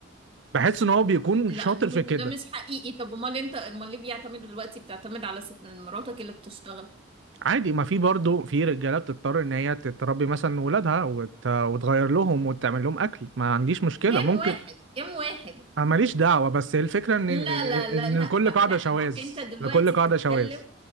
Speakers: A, on the right (about 75°); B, on the right (about 30°).
A: بحس ان هو بيكون
B: لا
A: شاطر
B: ده
A: في
B: مش
A: كده
B: ده مش حقيقي طب امال انت امال ليه بيعتمدوا دلوقتي بتعتمد على ست مراتك اللي بتشتغل
A: عادي ما في برضه في رجاله بتضطر ان هي تتربي مثلا ولادها وت... وتغير لهم وتعمل لهم اكل ما عنديش مشكله
B: كام
A: ممكن
B: واحد كام واحد
A: انا ماليش دعوه بس الفكره ان
B: لا
A: ان, إن إن
B: لا لا لا
A: لكل
B: ما
A: قاعده
B: لا
A: شواذ
B: ما هو انت دلوقتي
A: لكل قاعده
B: بتتكلم
A: شواذ